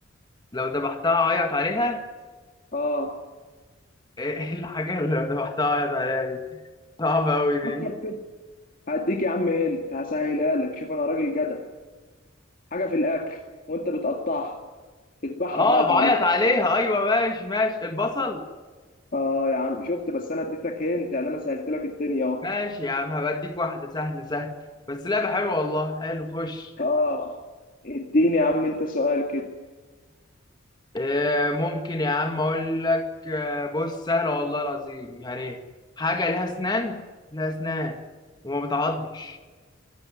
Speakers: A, on the left; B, on the left.
A: لو ذبحتها عيط عليها
B: اه
A: ايه الحاجة اللي ذبحتها اعيط عليها دي صعبة أوي دي
B: فكر كده هديك يا عم هنت هسهلها لك شوف انا راجل جدع حاجه في الاكل وانت بتقطعها تذبحها
A: اه
B: تعيط
A: بعيط
B: عليها
A: عليها ايوه ماشي ماشي البصل
B: اه يا عم شفت بس انا اديتك هنت يعني انا سهلت لك الدنيا اهو
A: ماشي يا عم هبديك واحدة سهل سهل بس لعبة حلوة والله حلو خش
B: اه اديني يا عم انت سؤال كده
A: إيه ممكن يا عم اقول لك آه، بص سهلة والله العظيم يعني حاجة ليها اسنان ليها اسنان وما بتعضش